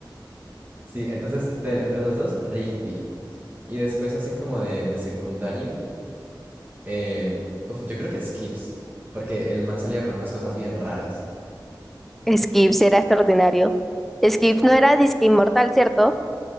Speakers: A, on the right; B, in the centre.
A: Sí, entonces, del- entre los dos, Rigby. Y después, así como de, de secundario, em, uf, yo creo que Skips, porque el man salía con unas cosas bien raras.
B: Skips era extraordinario. Skips no era disque inmortal, ¿cierto?